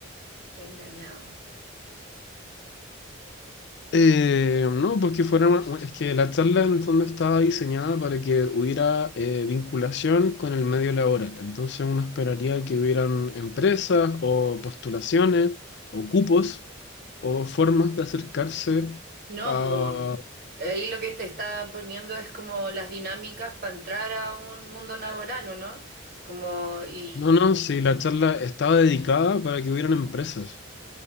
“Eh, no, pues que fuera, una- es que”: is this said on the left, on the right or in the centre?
Left